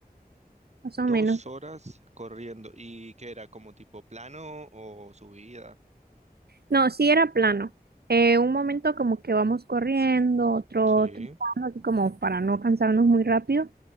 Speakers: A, on the right; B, on the right.
A: más
B: Dos
A: o menos.
B: horas corriendo. ¿Y qué era? ¿Como tipo plano o subida?
A: No, sí era plano. Eh, un momento como que vamos corriendo, otro
B: Sí.
A: trotando, así como para no cansarnos muy rápido,